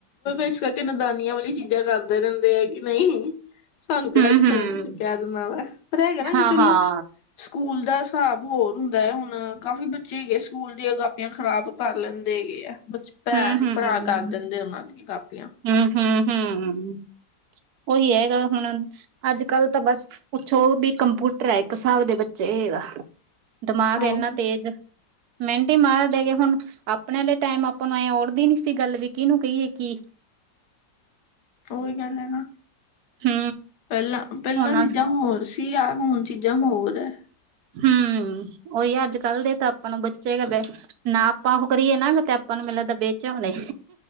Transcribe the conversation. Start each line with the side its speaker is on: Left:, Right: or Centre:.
Left: ਇਸ ਕਰਕੇ ਨਦਾਨੀਆਂ ਵਾਲੀ ਚੀਜ਼ਾਂ ਕਰਦੇ ਰਹਿੰਦੇ ਆ, ਕਿ ਨਹੀਂ ਸਾਨੂੰ ਕਿਹੜਾ
Right: ਹੂੰ
Left: ਕਿਸੇ
Right: ਹੂੰ
Left: ਨੇ ਕੁਛ ਕਹਿ ਦੇਣਾ ਵਾ, ਪਰ ਹੈਗਾ ਨਾ
Right: ਹਾਂ
Left: ਚਲੋ
Right: ਹਾਂ
Left: ਸਕੂਲ ਦਾ ਹਿਸਾਬ ਹੋਰ ਹੁੰਦਾ ਐ, ਹੁਣ ਕਾਫੀ ਬੱਚੇ ਹੈਗੇ ਸਕੂਲ ਦੀਆਂ ਕਾਪੀਆਂ ਖ਼ਰਾਬ ਕਰ ਲੈਂਦੇ ਹੈਗੇ ਆ, ਕੁਛ ਭੈਣ-ਭਰਾ
Right: ਹੂੰ ਹੂੰ
Left: ਕਰ ਦਿੰਦੇ ਉਹਨਾਂ ਦੀਆਂ ਕਾਪੀਆਂ।
Right: ਹੂੰ-ਹੂੰ-ਹੂੰ, ਉਹੀ ਹੈਗਾ ਹੁਣ ਅੱਜ-ਕੱਲ ਤਾਂ ਬਸ ਪੁੱਛੋ ਵੀ ਕੰਪਿਊਟਰ ਐ, ਇੱਕ ਹਿਸਾਬ ਦੇ ਬੱਚੇ ਹੈਗਾ। ਦਿਮਾਗ
Left: ਆਹ
Right: ਇੰਨਾ ਤੇਜ਼, ਮਿੰਟ ਹੀ ਮਾਰਦੇ ਗੇ ਹੁਣ, ਆਪਣੇੇ ਆਲੇ ਟੈਮ ਆਪਾਂ ਨੂੰ ਐਂ ਓੜਦੀ ਨੀ ਸੀ ਗੱਲ ਵੀ, ਕਿਹਨੂੰ ਕਹੀਏ ਕੀ
Left: ਓਹੀ ਗੱਲ ਐ ਨਾ।
Right: ਹੂੰ
Left: ਪਹਿਲਾਂ-ਪਹਿਲਾਂ
Right: ਹੁਣ
Left: ਚੀਜ਼ਾਂ ਹੋਰ ਸੀ, ਆ ਹੁਣ ਚੀਜ਼ਾਂ ਹੋਰ ਹੈ
Right: ਹੂੰ, ਉਹੀ ਅੱਜ-ਕੱਲ ਦੇ ਤਾਂ ਆਪਾਂ ਨੂੰ ਬੱਚੇ ਗ ਬ ਨਾ ਆਪਾਂ ਉਹ ਕਰੀਏ ਨਾ, ਤੇ ਆਪਾਂ ਨੂੰ ਮਲੇ ਕਿਤੇ ਵੇਚ ਆਉਂਦੇ।